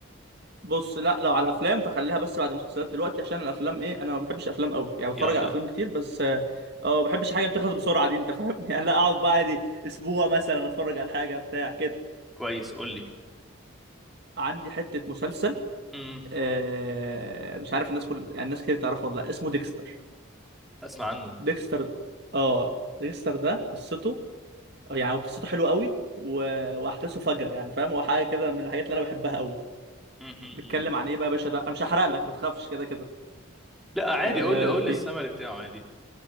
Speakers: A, on the right; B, in the centre.
A: بص لا لو على الافلام فخليها بس بعد المسلسلات دلوقتي عشان الافلام ايه انا ما بحبش افلام قوي يعني بتفرج
B: يلا
A: على افلام كتير بس اه آه، ما بحبش حاجه بتخلص بسرعه دي انت فاهم <laughs> يعني لا اقعد بقى دي اسبوع مثلا اتفرج على حاجه بتاع كده
B: كويس قول
A: عندي حته مسلسل
B: لي
A: آه مش عارف الناس كل يعني الناس كتير تعرفه ولا لا اسمه ديكستر
B: اسمع عنه
A: ديكستر اه ديكستر ده قصته يعني هو قصته حلوه قوي و... واحداثه فجره يعني فاهم هو حاجه كده من الحاجات اللي انا بحبها قوي
B: م- م- م.
A: بيتكلم عن ايه بقى يا باشا ده انا مش هحرق لك ما تخافش كده
B: لا عادي
A: كده
B: قول لي قول لي السمري بتاعه عادي